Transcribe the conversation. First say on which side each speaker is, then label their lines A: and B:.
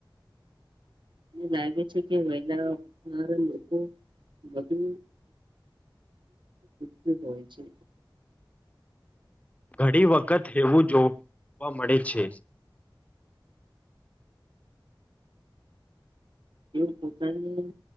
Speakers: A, on the right (about 75°); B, on the left (about 15°).
A: મને લાગે છે કે વેહેલા ઉઢનારા લોકો વધુ <unintelligible> હોય છે
B: ઘણી વખત હેવું જોવા મળે છે
A: એવું પોતાની